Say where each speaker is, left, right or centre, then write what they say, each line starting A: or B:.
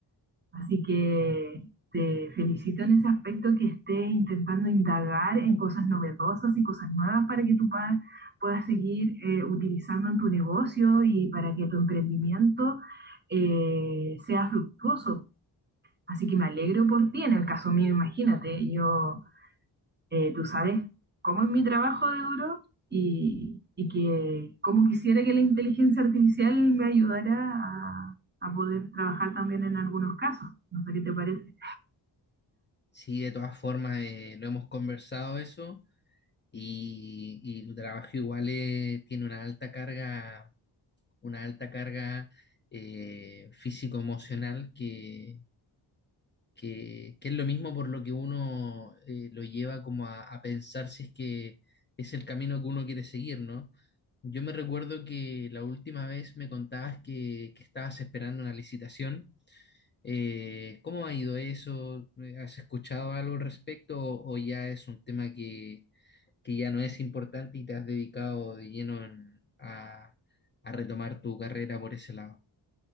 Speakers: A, on the right; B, on the left.
A: Así que te felicito en ese aspecto que esté intentando indagar en cosas novedosas y cosas nuevas para que tú puedas, puedas seguir eh, utilizando en tu negocio y para que tu emprendimiento eh, sea fructuoso. Así que me alegro por ti. En el caso mío, imagínate, yo, eh, tú sabes cómo es mi trabajo de duro y, y que cómo quisiera que la inteligencia artificial me ayudara a, a poder trabajar también en algunos casos. No sé qué te parece.
B: Sí, de todas formas, eh, lo hemos conversado eso y, y tu trabajo igual eh, tiene una alta carga, una alta carga eh, físico-emocional que, que, que es lo mismo por lo que uno eh, lo lleva como a, a pensar si es que es el camino que uno quiere seguir, ¿no? Yo me recuerdo que la última vez me contabas que, que estabas esperando una licitación eh, ¿cómo ha ido eso? Eh, ¿Has escuchado algo al respecto o, o ya es un tema que, que ya no es importante y te has dedicado de lleno en- a, a retomar tu carrera por ese lado?